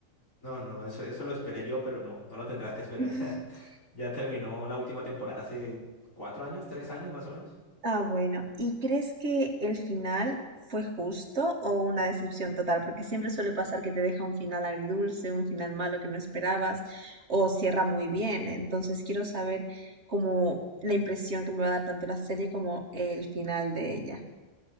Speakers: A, on the left (about 75°); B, on the right (about 55°).
A: No, no, eso, eso lo esperé yo, pero no, no lo tendrás que esperar.
B: <laughs>
A: <laughs> Ya terminó la última temporada hace cuatro años, tres años más o menos.
B: Ah, bueno. ¿Y crees que el final fue justo o una decepción total? Porque siempre suele pasar que te deja un final agridulce, un final malo que no esperabas, o cierra muy bien. Entonces quiero saber como la impresión que me va a dar tanto la serie como el final de ella.